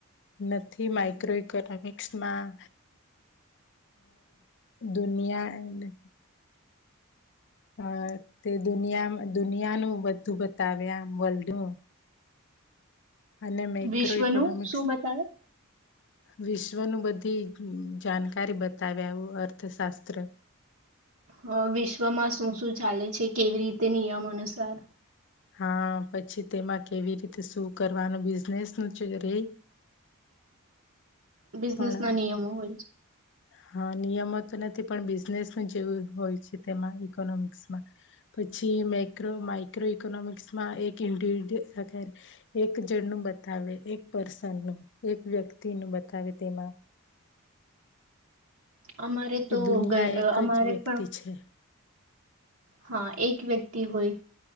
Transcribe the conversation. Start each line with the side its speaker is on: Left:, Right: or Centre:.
Left: નથી માઈક્રો ઇકોનોમિક્સમાં દુનિયા એ હ તે દુનિયા દુનિયાનું બધું બતાવ્યા વર્લ્ડનું અને મેક્રો
Right: વિશ્વનું
Left: ઇકોનોમિક્સ
Right: શું બતાવે
Left: વિશ્વનું બધી જાણકારી બતાવ્યા આવું અર્થશાસ્ત્ર.
Right: હ વિશ્વમાં શું શું ચાલે છે કેવી રીતે નિયમ અનુ સુ. ચાર.
Left: હા પછી તેમાં કેવી રીતે શું કરવાનું બિઝનેસ નું ચૂ લ રે.
Right: બિઝનેસ
Left: પણ
Right: ના નિયમો હોય છે.
Left: હા નિયમો તો નથી પણ બિઝનેસ જેવું હોય છે તેમાં ઈકોનોમિક્સમાં પછી માક્રો માઈક્રો ઈકોનોમિક્સમાં એક ઇન્ <unintelligible> એક જણનું બતાવે એક પર્સનનું એક વ્યક્તિનું બતાવે તેમાં.
Right: અમારે
Left: કે
Right: તો
Left: દુનિયા
Right: ગ- અ,
Left: એક
Right: અમારે
Left: જ વ્યક્તિ
Right: પણ
Left: છે.
Right: હા એક વ્યક્તિ હોય.